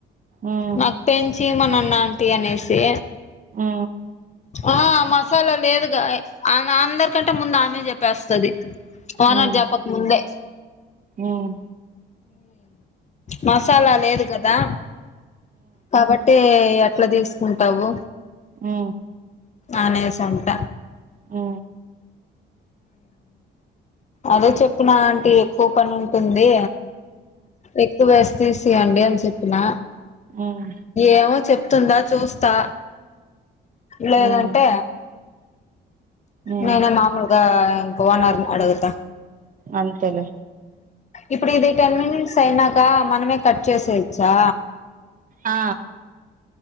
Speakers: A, on the right; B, on the left.
A: ఉమ్
B: నాకు <unintelligible> నన్ను ఆంటీ అనేసి
A: మ్
B: ఆ మా లేదుగా ఆమె అందర్కంటే ముందు ఆమె చెప్పేస్తది ఓనర్
A: ఉమ్ ఉమ్
B: జెప్పక్ ముందే
A: ఉమ్ ఉమ్ ఉమ్
B: మసాలా లేదు కదా కాబట్టీ ఏ ఎట్లా తీస్కుంటావు.
A: మ్
B: అనేస్ తంట
A: మ్
B: అదే చెప్పిన అంటీ ఎక్కువ పనుంటుంది. ఎక్కు వేస్ తీసేయండి అన్ చెప్పినా
A: ఉమ్
B: ఏమో చెప్ తుందా చూస్తా లేదంటే
A: ఉమ్ ఉమ్
B: నేనే మామూల్ ఆ ఓనర్ అడుగుత
A: అంతేలే
B: ఇప్పుడిది టెన్ మినిట్స్ అయినాక మనమే కట్ చేసేయచ్చా
A: ఆ